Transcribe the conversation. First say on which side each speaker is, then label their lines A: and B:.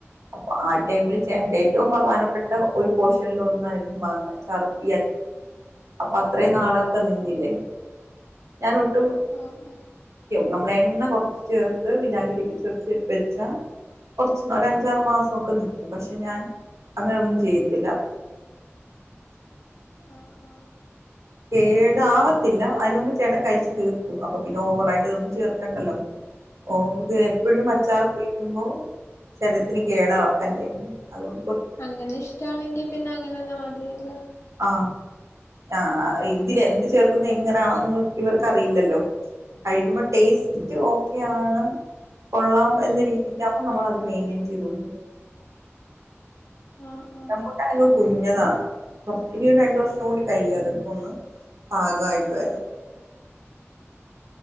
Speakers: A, on the right; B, on the left.
A: അപ്പൊ ആ ടൈമില്ണ്ട ഏറ്റവും പ്രധാനപ്പെട്ട ഒരു പോഷനൽ ഒന്നരുന്നു വാങ്ങ ചാറഈ അപ്പൊ അത്രയും നാളൊക്കെ നിന്നില്ലേ ഞാൻ ഒട്ടും
B: ആഹ് ആഹ്
A: നമ്മള എണ്ണ കുറച്ച് ചേർത്ത് വിനാഗിരിക്ക് ചേർച്ച് വെച്ച കുറച്ച് ഒ അഞ്ചാറു മാസംഒക്കെ നിക്കും പക്ഷെ ഞാൻ അങ്ങനെയൊന്നും ചെയ്യത്തില്ല <inaudible>
B: ആഹ് ആഹ്
A: കേട ആവത്തില്ല അതിനന് മുമ്പ് ചേട്ടൻ കഴിച്ചു തീർക്കും അപ്പൊ പിന്നെ ഓവറായിട്ട് ഇതൊന്നും ചേർക്കണ്ടല്ലോ ഓ ഇത് എപ്പോഴും
B: ഉം
A: അച്ചാർ
B: ഉം അതെ
A: ഉയിക്കുമ്പോ ശരത്തിന് കേടാ അല്ലേ അതുകൊണ്ട്
B: അങ്ങനെ ഇഷ്ടമാണെങ്കി പിന്നെ അങ്ങനെന്നാ മതിയല്ലോ
A: ആ ആ ഇതില എന്ത് ചേർക്കുന്ന എങ്ങനെയാണന്ന് ഇവർക്കറിയില്ലല്ലോ കഴിക്കുമ്പോ ടേസ്റ്റ് ഓക്കെയ ആണ് കൊള്ളാം
B: ഉം
A: എന്നന്ന് രീതിക്കുമ്പോൾ
B: ഉം
A: നമ്മൾ അത് മെയിന്റെയിൻ ചെയ്തണ്ടും
B: ആഹ് ആഹ്
A: ഇം കുട്ടാനൊക്കെ കുഞ്ഞതാണ് കുറച്ച് ഇനി ഒരു രണ്ടു വർഷം കൂടി കഴിയും അതൊക്കെ ഒന്ന് പാകമായിട്ട് വരെ